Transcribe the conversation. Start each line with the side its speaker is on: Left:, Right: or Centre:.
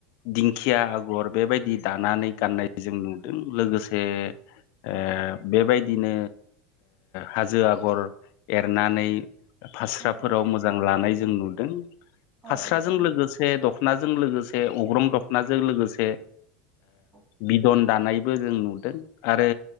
Left: दिंखिया आगर
Right: नोंथां
Left: बेबायदि दानानै गाननाय जों नुदों लोगोसे ओ
Right: औ
Left: बेबायदि बिदिनो हाजो आगर एरनानै। फास्राफोराव
Right: नंगौ
Left: मोजां लानाय जों नुदों फास्राजों
Right: औ नंगौ नोंथां औ
Left: लोगोसे
Right: नंगौ नोंथां
Left: दखनाजों लोगोसे अग्रं दख'नाजों लोगोसे
Right: औ
Left: बिदन दानायबो जों नुदों आरो